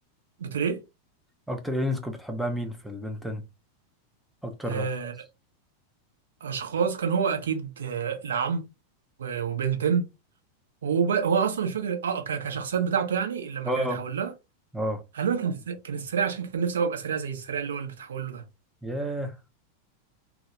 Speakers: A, on the right; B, in the centre.
A: بتقول ايه
B: اكتر الينز كنت بتحبها مين في البنتن اكتر
A: آه،
B: اشخاص
A: اشخاص كان هو اكيد آه، العم و- وبنتين وهو بقى- هو اصلا مش فاكر اه ك- كشخصيات بتاعته يعني لما
B: اه
A: كانت حواليها
B: اه
A: غالبا كان الس- كان السريع عشان كان نفسي أوي ابقى سريع زي السريع اللي هو اللي بتحول له ده
B: ياه